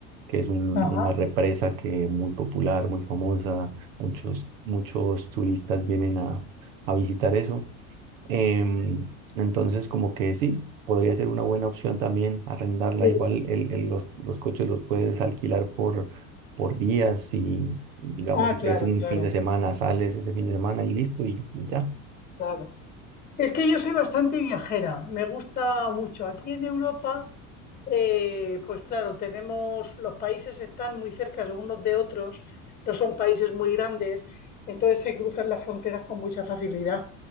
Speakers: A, on the right; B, on the left.
A: que es un-
B: Ajá,
A: una represa que muy popular, muy famosa. Muchos, muchos turistas vienen a, a visitar eso. Em, entonces, como que sí, podría ser una buena opción también arrendarla.
B: sí.
A: Igual el, el- los, los coches los puedes alquilar por, por días y, y digamos,
B: Ah,
A: si quieres
B: claro,
A: un
B: claro,
A: fin de semana, sales ese fin de semana y listo y, y ya.
B: claro. Es que yo soy bastante viajera, me gusta mucho. Aquí en Europa, eh, pues claro, tenemos, los países están muy cerca unos de otros, no son países muy grandes, entonces se cruzan las fronteras con mucha facilidad.